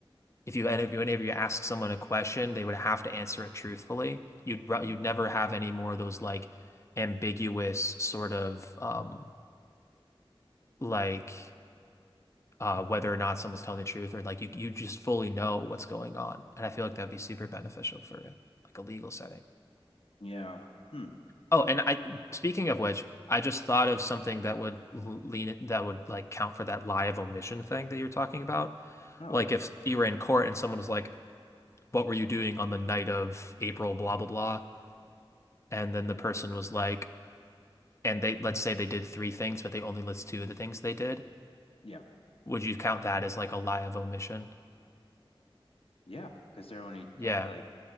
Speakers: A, on the left (about 30°); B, on the left (about 80°).
A: if you and if you whenever you ask someone a question, they would have to answer it truthfully. You'd ru-
B: Mhm.
A: you'd never have any more of those like ambiguous sort of um like uh, whether or not someone's telling the truth or like you you just fully know what's going on. And I feel like that'd be super beneficial for like a legal setting.
B: Yeah. Hmm.
A: Oh, and I speaking of which, I just thought of something that would lean that would like count for that lie of omission thing that you were talking about.
B: Oh,
A: Like
B: okay.
A: if you were in court and someone was like, "What were you doing on the night of April blah blah blah?" and then the person was like, and they let's say they did three things, but they only list two of the things they did.
B: Yeah.
A: Would you count that as like a lie of omission?
B: Yeah. Because they're only
A: Yeah.
B: t like